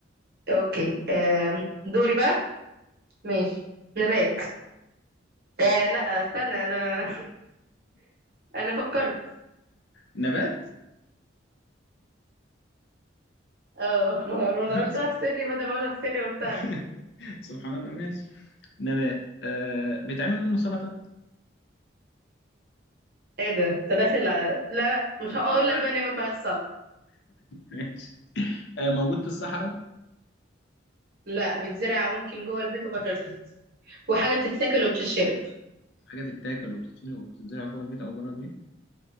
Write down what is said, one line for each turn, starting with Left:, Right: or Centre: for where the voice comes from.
Right: اوكي آم، دوري بقى ماشي نبات آه لا استنى انا انا فكرت
Left: نبات
Right: اه <laughs> انا
Left: <laughs>
Right: قلتها
Left: سبحان
Right: في سري بدل ما اقولها في سري قلتها
Left: <laughs> سبحان الله ماشي نبات آه بيتعمل منه سلطة
Right: ايه ده انت داخل على... لا مش هقول
Left: ما-
Right: لك بقى ان هي ما فيهاش صلع
Left: ماشي آه موجود في الصحراء
Right: لا بتزرع ممكن جوه البيت وبره البيت وحاجه بتتاكل وبتتشرب
Left: حاجة تتاكل وبتتشرب وبتتزرع جوه البيت أو بره البيت